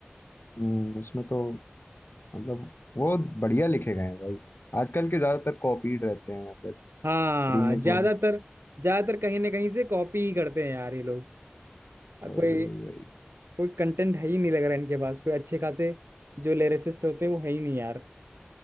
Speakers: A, on the left; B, on the right.
A: हम्म, उसमें तो मतलब वो बढ़िया लिखे गए हैं भाई आजकल के ज्यादातर कॉपीड रहते हैं या फिर
B: हाँ
A: रीमेक
B: ज्यादातर
A: बना
B: ज्यादातर कहीं ना कहीं से कॉपी ही करते हैं यार ये लोग
A: वही
B: कोई
A: वही वही
B: कोई कंटेंट है ही नहीं लग रहा है इनके पास कोई अच्छे खासे जो लिरिसिस्ट होते हैं वो है ही नहीं यार